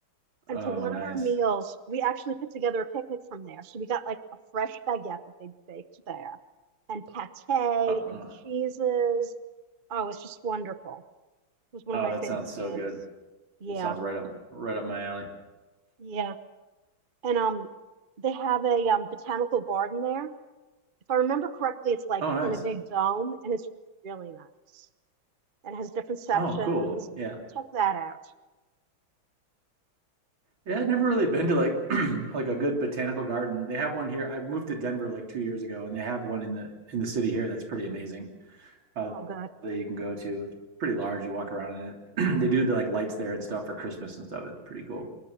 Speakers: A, on the right; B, on the right.
A: Oh,
B: And for one
A: nice.
B: of our meals, we actually put together a picnic from there. So we got like a fresh baguette that they baked there, and pate
A: Uh-uh.
B: and cheeses. Oh, it's just wonderful. It was one
A: Oh,
B: of my
A: that
B: favorite
A: sounds so
B: things.
A: good.
B: Yeah,
A: It sounds right up, right up my alley.
B: yeah. And um, they have a um, botanical garden there. If I remember correctly, it's like
A: Oh, nice.
B: in a big dome, and it's really nice. and has different sections.
A: Oh, cool.
B: And
A: Yeah.
B: check that out.
A: Yeah, i have never really been to like <clears throat> like a good botanical garden. They have one here. I moved to Denver like two years ago, and they have one in the in the city here that's pretty amazing. uh,
B: Oh, good.
A: that you can go to. It's pretty large. You walk around in it. <clears throat> they do the like lights there and stuff for Christmas and stuff. It's pretty cool.